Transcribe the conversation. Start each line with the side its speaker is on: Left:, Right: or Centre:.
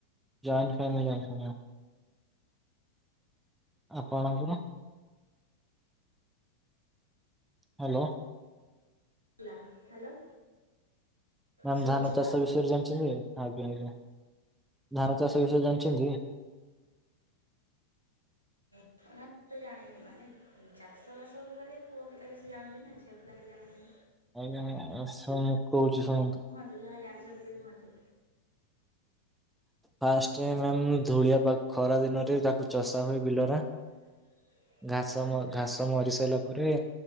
Centre: ଜଏଣ୍ଟ ଫ୍ୟାମିଲି ଆମର। ଆପଣଙ୍କର? ହ୍ୟାଲୋ।
Right: ହ୍ୟାଲୋ।
Centre: ମାନେ
Right: ଶୁଭୁଛି
Centre: ଧାନ ଚାଷ
Right: ତ
Centre: ବିଷୟରେ ଜାଣିଛନ୍ତି କି? ଆଜ୍ଞା ଆଜ୍ଞା, ଧାନ ଚାଷ ବିଷୟରେ ଜାଣିଛନ୍ତି?
Right: ଏତେ ଜାଣିନି ମାନେ। ଚାଷବାସ ଉପରେ ପୁଅ ପିଲା ବେସି ଜାଣନ୍ତି ନା ଝିଅ ପିଲା କିଛି ଜାଣନ୍ତିନି।
Centre: ଆଜ୍ଞା ମ୍ୟାମ ଆସ ମୁଁ କହୁଛି ଶୁଣନ୍ତୁ?
Right: ତ ଯାହା ଜାଣିଛନ୍ତି ବି କୁହନ୍ତୁ?
Centre: ଫାଷ୍ଟ ମ୍ୟାମ୍ ଧୂଳିଆଖ ଖରା ଦିନରେ ତାକୁ ଚଷା ହୁଏ ବିଲରା।
Right: <inaudible>
Centre: ଘାସ
Right: ହୁଁ
Centre: ମ
Right: ହୁଁ
Centre: ଘାସ ମରି ସାରିଲା ପରେ